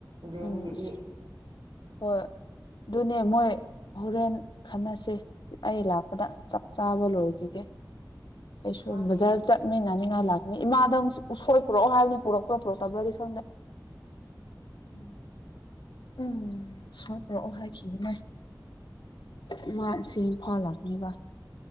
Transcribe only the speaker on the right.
ꯖꯦꯟꯒꯤꯗꯤ
ꯃꯥꯒꯤ
ꯎꯝ꯫